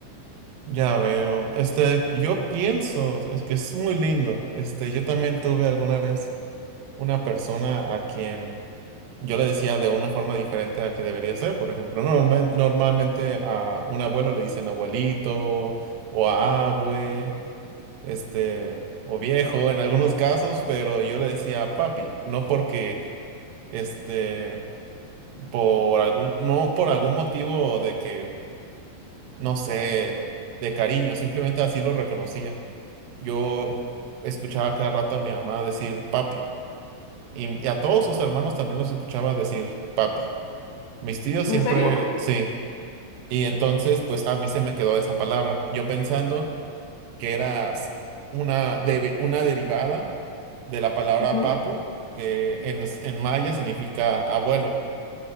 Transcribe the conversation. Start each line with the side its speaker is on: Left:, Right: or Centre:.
Right: Ya veo. Este, yo pienso, es que es muy lindo. Este, yo también tuve alguna vez una persona a quien Yo le decía de una forma diferente a que debería ser. Por ejemplo, norma- normalmente a un abuelo le dicen abuelito o a abue, este, o viejo en algunos casos, pero yo le decía papi, no porque, este, por algún, no por algún motivo de que, no sé, de cariño, simplemente así lo reconocía. Yo escuchaba cada rato a mi mamá decir papi y y a todos sus hermanos también los escuchaba decir papi. Mis tíos
Left: ¿En
Right: siempre,
Left: serio?
Right: sí, Y entonces, pues a mí se me quedó esa palabra. Yo pensando que era s- una, debe- una derivada de la palabra
Left: Ujú.
Right: papu, que en, s- en maya significa abuelo.